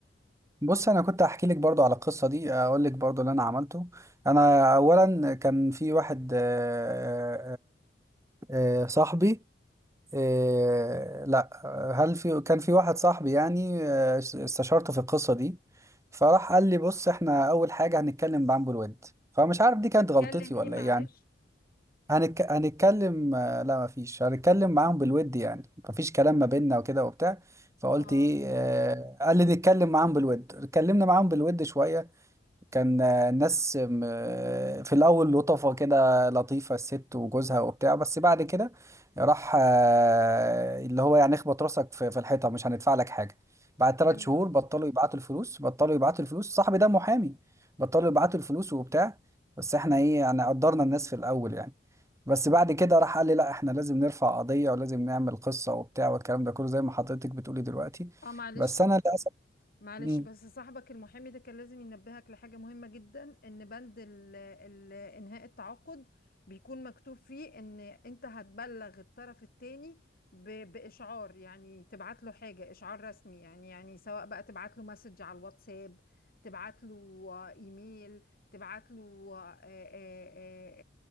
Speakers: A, on the right; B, on the left.
A: بص انا كنت احكي لك برضو على القصة دي اقول لك برضو اللي انا عملته انا اولا كان في واحد آه، آه، آه، صاحبي آه، لا آه، هل في كان في واحد صاحبي يعني آه، استشارته في القصة دي فراح قال لي بص احنا اول حاجة هنتكلم بعنبر الود فمش عارف دي كانت
B: هتكلم
A: غلطتي
B: ايه
A: ولا
B: معلش
A: ايه يعني هنك... هنتكلم آه، لا مفيش هنتكلم معاهم بالود يعني مفيش كلام ما بيننا وكده وبتاع فقلت
B: اه
A: ايه آه، قال لي نتكلم معاهم بالود اتكلمنا معاهم بالود شوية كان آه، الناس م- آه، في الأول لطفة كده لطيفة الست وجوزها وبتاع بس بعد كده راح آه، اللي هو يعني اخبط راسك في في الحيطة مش هندفع لك حاجة بعد ثلاث
B: تمام
A: شهور بطلوا يبعتوا الفلوس بطلوا يبعتوا الفلوس صاحبي ده محامي بطلوا يبعتوا الفلوس وبتاع بس احنا ايه يعني قدرنا الناس في الأول يعني بس بعد كده راح قال لي لا احنا لازم نرفع قضية ولازم نعمل قصة وبتاع والكلام ده كله زي ما حضرتك بتقولي دلوقتي
B: اه معلش
A: بس انا للاسف
B: معلش
A: مم.
B: بس صاحبك المحامي ده كان لازم ينبهك لحاجة مهمة جدا ان بند ال ال انهاء التعاقد بيكون مكتوب فيه ان انت هتبلغ الطرف التاني ب- باشعار يعني تبعت له حاجة اشعار رسمي يعني يعني سواء بقى تبعت له مسج على الواتساب تبعت له آه، ايميل تبعت له آه، آه، آه،